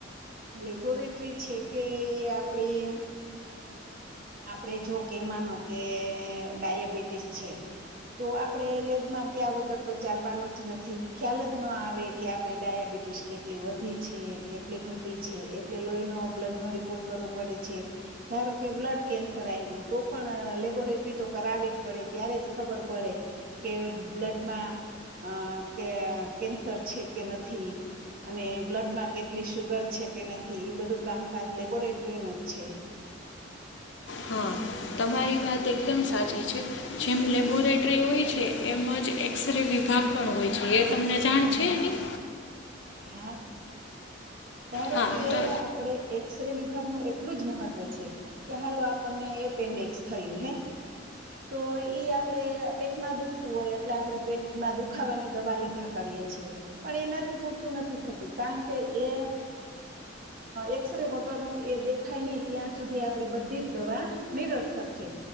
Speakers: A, on the right (about 50°); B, on the left (about 65°).
A: લેબોરેટરી છે કે એ આપડી આપડે જો કે માનો કે ડાયાબિટીસ છે તો આપણે લેબમાં ગયા વગર તો ચાલવાનું જ નથી ખ્યાલ જ ના આવે કે આપડ ડાયાબિટીસ કેટલી વધી છે કેટલી ઘટી છે એટલે લોહીનો બ્લડ નો રિપોર્ટ કરવો પડે છે ધારો કે બ્લડ કેન્સર આવ્યું તો પણ લેબોરેટરી તો કરાવી જ પડે ત્યારે જ ખબર પડે કે બ્લડમાં કે કેન્સર છે કે નથી અને બ્લડમાં કેટલી સુુગર છે કે નથી એ બધું કામકાજ લેબોરેટરીનું જ છે
B: હા તમારી વાત એકદમ સાચી છે જેમ લેબોરેટરી હોય છે એમ જ એક્સ રે વિભાગ પણ હોય છે એ તમને જાણ છે એ નહી
A: હા ધારો
B: હા
A: કે
B: તો
A: આપડે એક અક્ષરે વિભાગનું એટલું જ મહત્વ છે કે હાલો આપણને એપેન્ડિક્સ થયું હે તો આપણે પેટમાં દુખતું હોય એટલે આપણે પેટમાં દુખાવાની દવા લીધા કરીએ છીએ પણ એનાથી પૂર નથી થતું કારણ કે એ એક્સરે વગરનું એ દેખાય નહી ત્યાં સુધી આપણે બધી દવા નિરર્થક છે